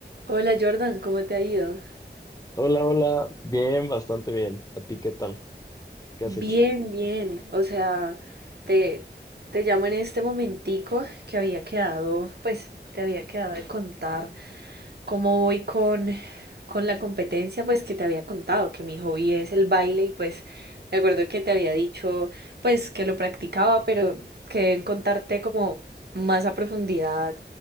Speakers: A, on the right; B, on the left.
A: Hola Jordan, ¿cómo te ha ido?
B: Hola, hola, bien, bastante bien. ¿A ti qué tal? ¿Qué
A: Bien,
B: has hecho?
A: bien. O sea, te, te llamo en este momentico que había quedado, pues te había quedado de contar cómo voy con, con la competencia, pues que te había contado, que mi hobby es el baile y pues me acuerdo que te había dicho, pues que lo practicaba, pero quedé en contarte como más a profundidad